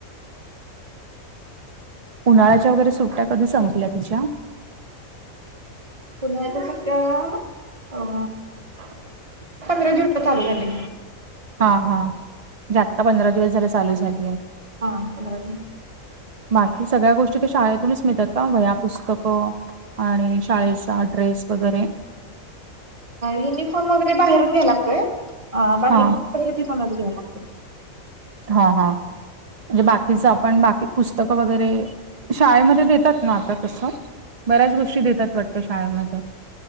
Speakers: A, on the right (about 60°); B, on the right (about 25°).
A: उन्हाळ्याच्या वगैरे सुट्ट्या कधी संपल्या तिच्या?
B: पुन्हाता सध्या अ.
A: <unintelligible>
B: <unintelligible> चालू झालंय.
A: हा हा ज्या आता पंधरा दिवस झाला चालू झालीय.
B: हा अ्र.
A: बाकी सगळ्या गोष्टी का शाळेतूनच मिळतात का वया पुस्तकं आणि शाळेचा ड्रेस वगैरे
B: युनिफॉर्म वगैरे बाहेरून घ्याय लागतय अ बाकी
A: हा
B: ब तिथूनच घ्याऊ लागतो.
A: हा हा. म्हणजे बाकीचं आपण बाकी पुस्तकं वगैरे शाळेमध्ये देतात ना आता तसं. बऱ्याच गोष्टी देतात वाटत शाळेमध्ये